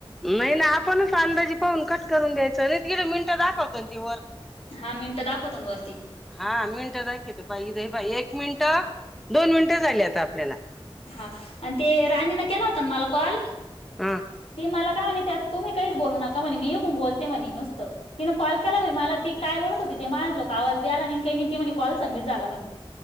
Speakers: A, in the centre; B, on the left.
A: नाही ना आपणच अंदाजी पाहून कट करून द्यायचं नाही तीन मिनटं दाखवतंन ते वर
B: हा मिनटं दाखवतो ना वरती
A: हां मिनिटं दाखिवतं पाई द बाई एक मिन्ट तं, दोन मिनटं झाली आता आपल्याला
B: हां, आणि ते राणीनं केला होता ना मला कॉल
A: हा
B: ती मला का आणि त्यात तुम्ही काहीच बोलू नका म्हणे मी हून बोलते म्हणे नुसतं तिनं कॉल केला बाई मला ती काय बोलत होते ते मायाज लोक आवाज बी आला नाही आन् काही नाही अन् ती म्हनी कॉल सबमिट झाला म्हनीं